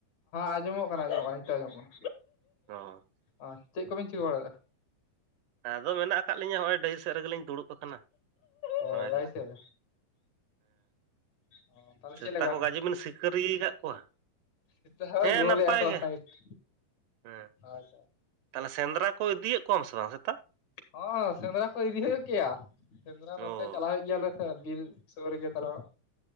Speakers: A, on the left; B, on the right.
A: ᱟᱸᱡᱚᱢᱚᱜ ᱠᱟᱱᱟ ᱟᱸᱡᱚᱢᱚᱜ ᱠᱟᱱᱟ ᱱᱤᱛᱚᱜ ᱟᱸᱡᱚᱢᱚᱜ ᱠᱟᱱᱟ
B: ᱚ
A: ᱚ ᱪᱮᱫ ᱠᱚᱵᱮᱱ ᱪᱤᱠᱟᱹ ᱵᱟᱲᱟᱭᱫᱟ
B: ᱟᱫᱚ ᱢᱮᱱᱟᱜ ᱟᱠᱟᱫ ᱞᱤᱧᱟᱹ ᱱᱚᱜᱼᱚᱭ ᱰᱟᱺᱦᱤ ᱥᱮᱫ ᱨᱮᱜᱮᱞᱤᱧ ᱫᱩᱲᱩᱵ ᱟᱠᱟᱱᱟ
A: ᱚ
B: ᱦᱮᱸ
A: ᱫᱟᱨᱮ ᱥᱮᱫ ᱨᱮ ᱚ ᱛᱟᱦᱚᱞᱮ
B: ᱥᱮᱛᱟ
A: ᱪᱮᱫ ᱞᱮᱠᱟ
B: ᱠᱚ ᱜᱟᱡᱮ ᱵᱤᱱ ᱥᱤᱠᱟᱹᱨᱤ ᱟᱠᱟᱫ ᱠᱚᱣᱟ?
A: ᱥᱮᱛᱟ ᱦᱚᱜᱼᱚᱭ
B: ᱦᱮᱸ
A: ᱜᱳᱞ
B: ᱱᱟᱯᱟᱭ
A: ᱮᱫᱟ ᱠᱚ
B: ᱜᱮ
A: ᱥᱟᱭᱤᱴ ᱨᱮ
B: ᱦᱮᱸ
A: ᱟᱪᱪᱷᱟ
B: ᱛᱟᱦᱚᱞᱮ ᱥᱮᱸᱫᱽᱨᱟ ᱠᱚ ᱤᱫᱤᱭᱮᱫ ᱠᱚᱣᱟᱢ ᱥᱮ ᱵᱟᱝ ᱥᱮᱛᱟᱜ
A: ᱦᱚᱸ ᱥᱮᱸᱫᱽᱨᱟ ᱠᱚ ᱤᱫᱤ ᱦᱩᱭᱩᱜ ᱜᱮᱭᱟ ᱥᱮᱸᱫᱽᱨᱟ
B: ᱚ
A: ᱱᱚᱛᱮ ᱪᱟᱞᱟᱣ ᱦᱩᱭᱩᱜ ᱜᱮᱭᱟᱞᱮ ᱵᱤᱨ ᱥᱳᱨ ᱜᱮ ᱛᱟᱞᱮ ᱚᱲᱟᱜ